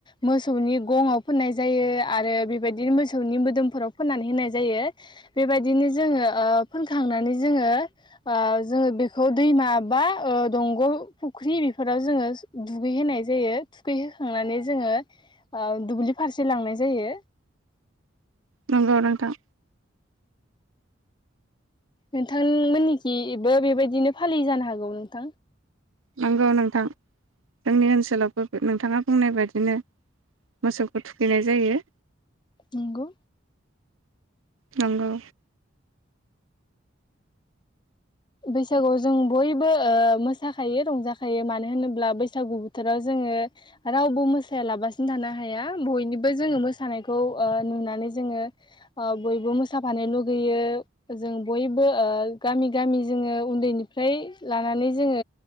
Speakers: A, on the left; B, on the right.
A: मोसौनि गङाव फोननाय जायो आरो बेबायदि मोसौनि मोदोमफोराव फोननानै होनाय जायो बेबायदिनो जोङो ओ फोनखांनानै जोङो ओ जोङो बेखौ दैमा बा ओ दंग फुख्रि बेफोराव जोङो दुगै होनाय जायो थुखौहीखांनानै जोङो ओ दुब्लि फारसे लांनाय जायो।
B: नंगौ नोंथां।
A: नोंथांमोननिखिबो बेबायदिनो फालिययो जानो हागौ नोंथां।
B: नंगौ नोंथां जोंनि ओनसोलावबो बे नोंथाङा बुंनाय बादिनो मोसौखौ थुखैनाय जायो।
A: नंगौ।
B: नंगौ।
A: बैसागुआव जों बयबो ओ मोसाखायो रंजाखायो मानो होनोब्ला बैसागु बोथोराव जोङो रावबो मोसायालाबासिनो थानो हाया बयनिबो जोङो मोसानायखौ ओ नुनानै जोङो ओ बयबो मोसाफानो लुगैयो जों बयबो ओ गामि गामि जोङो उन्दैनिफ्राय लानानै जोङो